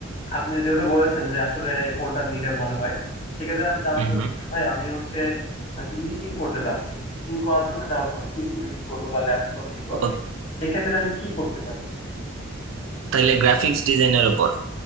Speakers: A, on the left; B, on the right.
A: আপনি যেহেতু বলেছেন যে আসলে কোনটা নিলে ভালো হয় সেক্ষেত্রে আমি জানাতে
B: হুম
A: চাচ্ছি
B: হুম
A: ভাই আমি হচ্ছে এডিটিং করতে চাচ্ছি এডিটিং করার জন্য একটা পিসি বিল্ড করব বা ল্যাপটপ নিব
B: ও
A: এক্ষেত্রে আমি কি করতে পারি
B: তাহলে গ্রাফিক্স ডিজাইনের ওপর